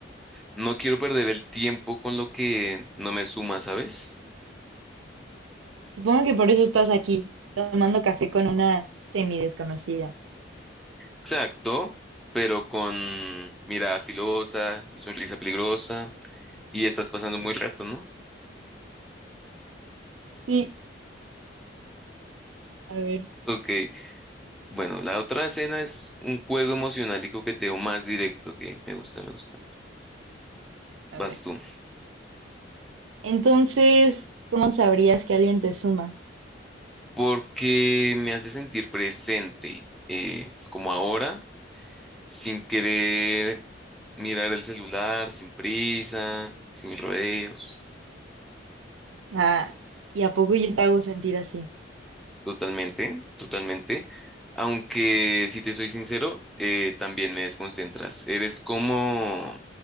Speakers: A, in the centre; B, on the right.
A: No quiero perder el tiempo con lo que no me suma, ¿sabes?
B: Supongo que por eso estás aquí, tomando café con una semi desconocida.
A: Exacto, pero con mirada filosa y sonrisa peligrosa y estás pasando muy rato, ¿no?
B: Sí, a ver,
A: Ok, bueno, la otra escena es un juego emocional y coqueteo más directo que me gusta, me gusta.
B: a
A: Vas
B: ver.
A: tú.
B: Entonces, ¿cómo sabrías que alguien te suma?
A: Porque me hace sentir presente, eh, como ahora, sin querer mirar el celular, sin prisa, sin rodeos.
B: Ah, ¿y a poco yo te hago sentir así?
A: Totalmente, totalmente. Aunque, si te soy sincero, eh, también me desconcentras. Eres como